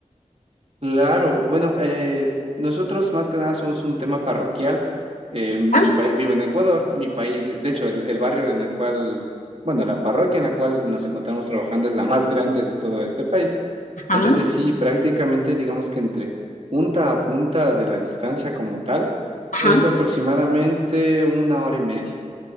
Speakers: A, on the right; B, on the left.
A: Claro, bueno, eh, nosotros más que nada somos un tema parroquial. Eh, mi
B: Ah,
A: país, vivo en Ecuador, mi país, de hecho, el, el barrio en el cual, bueno, la parroquia en la cual nos encontramos trabajando es la más grande de todo este país.
B: Ajá,
A: Entonces, sí, prácticamente digamos que entre punta a punta de la distancia como tal
B: ajá.
A: es aproximadamente una hora y media.